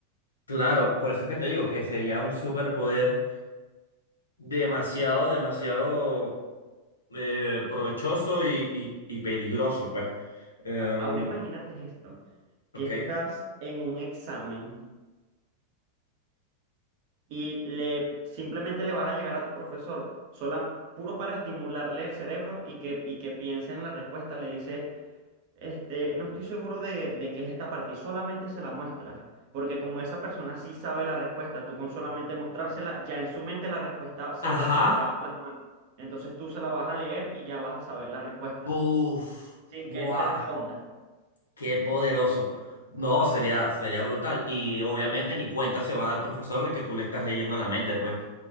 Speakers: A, on the left; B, on the right.
A: Claro, por eso es que te digo que sería un superpoder demasiado, demasiado eh, provechoso y, y- y peligroso, pues. Em,
B: A- Ahora imagínate esto,
A: ok.
B: que estás en un examen y le, simplemente le vas a llegar a tu profesor, sola, puro para estimularle el cerebro y que, y que piense en la respuesta, le dices... Este, no estoy seguro de, de qué es esta parte y solamente se la muestras, porque como esa persona sí sabe la respuesta, tú con solamente mostrársela, ya en su mente la respuesta se
A: Ajá.
B: va, se va a plasmar. Entonces tú se la vas a leer y ya vas a saber la respuesta,
A: Buf,
B: sin
A: ¡Guau!
B: que él te responda.
A: qué poderoso. No, sería, sería brutal. Y obviamente ni cuenta se va a dar el profesor de que tú le estás leyendo la mente, pues.